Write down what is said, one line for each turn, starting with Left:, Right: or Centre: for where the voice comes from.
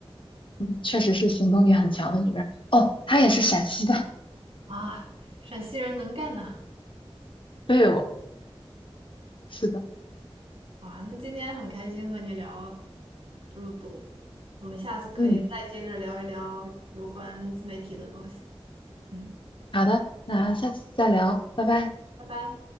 Left: 嗯，确实是行动力很强的女人。哦，她也是陕西的，
Right: 啊，陕西人能干呐。
Left: 对哦。是的，
Right: 啊，那今天很开心和你聊这么多，我们下次可以再接着聊一聊有关自媒体的东西。
Left: 嗯，
Right: 嗯，
Left: 好的，那下次再聊，拜拜。
Right: 拜拜。